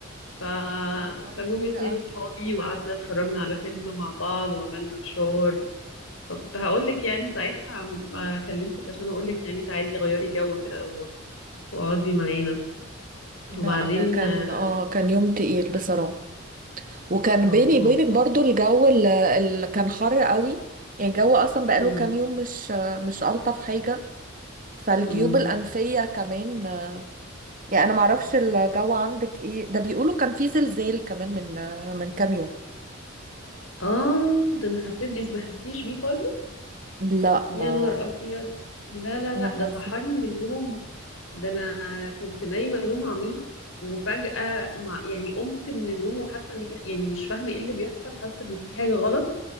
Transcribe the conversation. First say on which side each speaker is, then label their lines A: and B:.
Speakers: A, on the left; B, on the right.
A: ف...
B: يا نهاري
A: فجم
B: كتير
A: اتنين
B: قوي
A: اصحابي وقعدنا اتفرجنا على فيلم مع بعض وعملنا فشار فكنت هقول لك يعني ساعتها عم- ما كلمتك عشان اقول لك يعني تعالي غيري جو كده و- واقعدي معانا
B: لا
A: وبعدين
B: انا كان
A: اه
B: اه كان يوم تقيل بصراحة وكان
A: اه
B: بيني
A: آه،
B: وبينك
A: لا
B: برضو
A: مش
B: الجو اللي كان حر قوي يعني الجو اصلا بقاله
A: امم
B: كام يوم مش مش الطف حاجة فالجيوب
A: امم
B: الانفية كمان يعني انا معرفش الجو عندك ايه ده بيقولوا كان في زلزال كمان من من كام يوم
A: اه ده انا حسيت انت ما حسيتيش بيه خالص
B: لا ما
A: يا نهار ابيض لا لا
B: ما
A: لا
B: حسيت
A: ده صحاني من النوم ده انا كنت نايمه نوم عميق وفجاه ما يعني قمت من النوم وحاسه ان في يعني مش فاهمه ايه اللي بيحصل حاسه ان في حاجه غلط